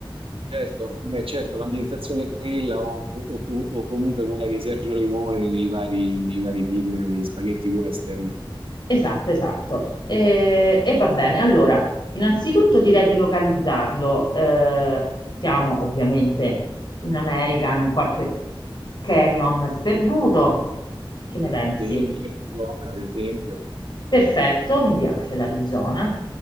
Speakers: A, on the right; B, on the left.
A: certo, beh, certo, l'ambientazione è quella o, o com- o comunque quella di Sergio Leone nei vari, nei vari film di spaghetti western,
B: Esatto, esatto. E, e va bene, allora, innanzitutto direi di localizzarlo. Eh, siamo ovviamente in America, in qualche canyon sperduto. Che ne pensi?
A: sì, della zona, ad esempio.
B: Perfetto, mi piace l'Arizona.